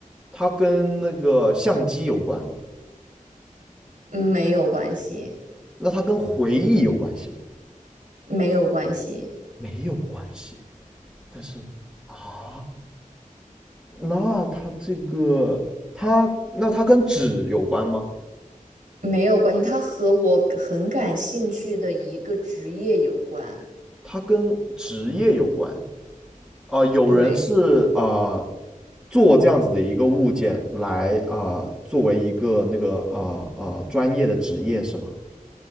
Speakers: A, in the centre; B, on the right.
A: 它跟那个相机有关吗？
B: 没有关系，
A: 那它跟回忆有关系吗？
B: 没有关系，
A: 没有关系。但是啊，那它这个它那它跟纸有关吗？
B: 没有关系，它和我很感兴趣的一个职业有关。
A: 它跟职业有关啊、有人是啊、
B: 对。
A: 做这样子的一个物件来啊、作为一个那个呃呃专业的职业是吗？